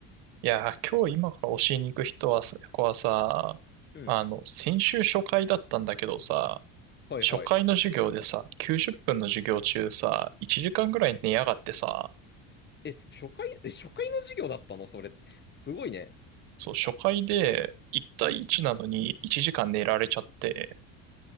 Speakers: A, on the right (about 75°); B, on the left (about 25°).
A: いやー、今日今から教えに行く人はさ、子はさ、
B: うん。
A: あの、先週初回だったんだけどさ、
B: はいはい。
A: 初回の授業でさ、90分の授業中さ、1時間ぐらい寝やがってさ、
B: え、初回、え、初回の授業だったのそれ。すごいね。
A: そう、初回で1対1なのに1時間寝られちゃって、
B: うん。